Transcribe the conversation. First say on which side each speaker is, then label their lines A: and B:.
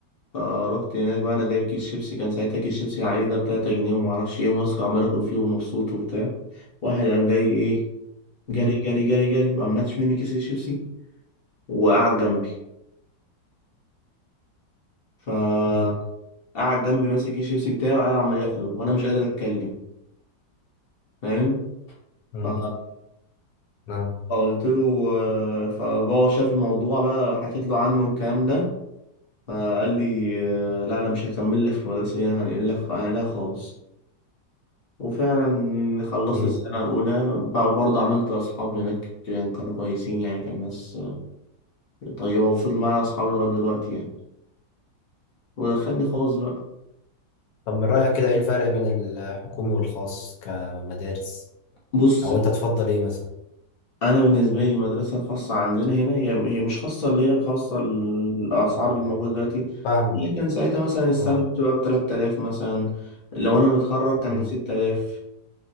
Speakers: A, on the left; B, on the left.
A: فروحت هناك بقى أنا جايب كيس شيبسي كان ساعتها كيس شيبسي عائلي ده بتلاتة جنيه ومعرفش إيه وماسكه عمال آكل فيه ومبسوط وبتاع واحد قام جاي إيه جري
B: مم.
A: جري جري جري وقام ناتش مني كيس الشيبسي وقعد جنبي فقعد
B: مم.
A: جنبي ماسك كيس الشيبسي بتاعي وقاعد عمال ياكله وانا مش قادر اتكلم فاهم
B: مم.
A: ف-
B: نعم.
A: فقلت له فبابا شاف الموضوع بقى حكيت له عنه والكلام ده فقال لي آه، لا انا مش هكمل لك في المدرسه دي انا هنقل لك هنقلها خالص وفعلا خلصت
B: مم.
A: السنه الاولى بقى برضه عملت اصحاب هناك كان- كانوا كويسين يعني كان ناس طيبه وفضلوا معايا اصحابي لغايه دلوقتي يعني ودخلني خالص بقى
B: طب من رأيك كده ايه الفرق بين الحكومي والخاص كمدارس
A: بص
B: او انت تفضل ايه مثلا
A: انا بالنسبه لي المدرسه الخاصه عندنا هنا هي هي مش خاصه اللي هي الخاصه الاسعار اللي موجوده دلوقتي
B: فاهمك
A: هي كان ساعتها مثلا السنه
B: اه
A: بتبقى ب 3000 مثلا لو انا متخرج كان
B: مم.
A: 6000